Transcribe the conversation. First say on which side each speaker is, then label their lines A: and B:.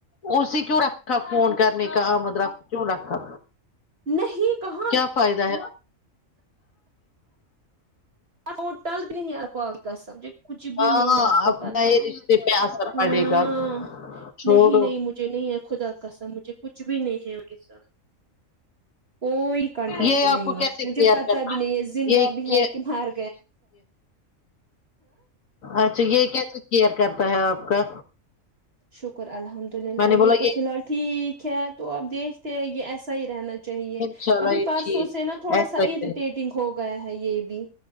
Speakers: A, on the left (about 80°); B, on the right (about 50°).
A: اسے کیوں رکھا فون کرنے کا آ مطلب کیوں رکھا
B: نہیں کہاں
A: کیا فائدہ ہے
B: ہوٹل بھی نہیں آپ آے سمجھے کچھ بھی
A: ہاں
B: نہیں ہے اس کا
A: اب
B: پتہ
A: نئے رشتے پہ اثر
B: ہاں
A: پڑے گا چھوڑو
B: نہیں نہیں مجھے نہیں ہے خدا قسم مجھے کچھ بھی نہیں ہے ان کے ساتھ کوئی کانٹیکٹ
A: یہ
B: نہیں
A: آپ کو کیسے
B: ہے
A: کیئر
B: مجھے پتہ
A: کرنا
B: بھی نہیں ہے زندہ
A: یہ
B: بھی ہے
A: یہ
B: کر مر
A: اچھا یہ کیسے کیئر کرتا ہے آپ کا
B: شکر الحمد للہ
A: میں نے
B: یہ
A: بولا
B: تو فی الحال ٹھیک ہے تو اب دیکھتے یہ ایسا ہی رہنا چاہیے
A: انشاء اللہ
B: ابھی
A: یہ
B: پرسوں
A: چیز
B: سے نا تھوڑا
A: ایسا
B: سا
A: ہی
B: اریٹیٹنگ
A: رہے گا۔
B: ہو گیا ہے یہ بھی